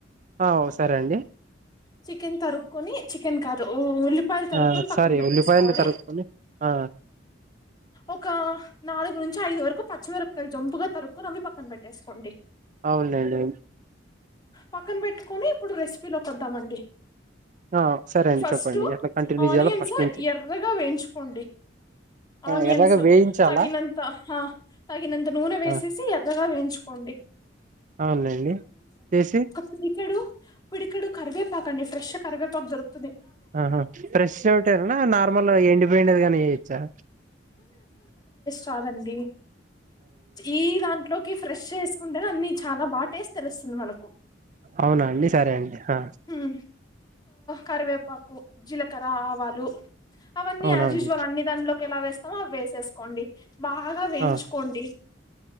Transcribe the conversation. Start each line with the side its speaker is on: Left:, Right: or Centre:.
Right: ఆ సరే అండి
Left: చికెన్ తరుపుకని చికెన్ కాదు ఉల్లి పాయలు తరుని
Right: ఆ
Left: పక్కన
Right: సారీ
Left: పెట్టేసుకోవాలి
Right: ఉల్లిపాయలు తరుక్కొని ఆ
Left: ఒక నాలుగు నుంచి ఐదు వరకు పచ్చిమిరపకాయలు జంపుగా తరుకొని పక్కన పెట్టేసుకోండి
Right: అవునండి
Left: పక్కన పెట్టుకొని ఇప్పుడు రెసిపీలో కొద్దామండి
Right: ఆ సరే అండి
Left: ఫస్ట్
Right: చెప్పండి ఎట్లా కంటిన్యూ
Left: ఆనియన్స్
Right: చేయాలో ఫస్ట్ నుంచి
Left: ఎర్రగా వేయించుకోండి
Right: ఆ
Left: ఆనియన్స్
Right: ఎర్రగా వేయించాలా
Left: తగినంత తగినంత నూనె వేసేసి
Right: ఆ
Left: ఎర్రగా వేయించు కోండి
Right: అవునులేండి చేసి
Left: పుడికాడు పుడికాడు కరివేపాకు అండి ఫ్రెష్ కవేపాక్ దొరత
Right: ఆహా ఫ్రెష్ చటనా నార్మల్ ఎండిపోండేది కాని చేయచ్చా
Left: కాదండి ఈ దాంట్లోకి ఫ్రెష్ చేసుకుంటే అన్నిీ చాలా బా టేస్ట్ తెలుస్తుంది మనకు
Right: అవునా అండి సరే అండి ఆ
Left: మ్మ్ కరివేపాకు జీలకర్ర ఆవాలు అవన్నీ
Right: అవునవును
Left: యాస్ ఉసుఅల్ అన్నీ దానిలో ఎలా వేస్తామో అవి వేసేసుకోండి బాగా వేయించుకోండి
Right: ఆ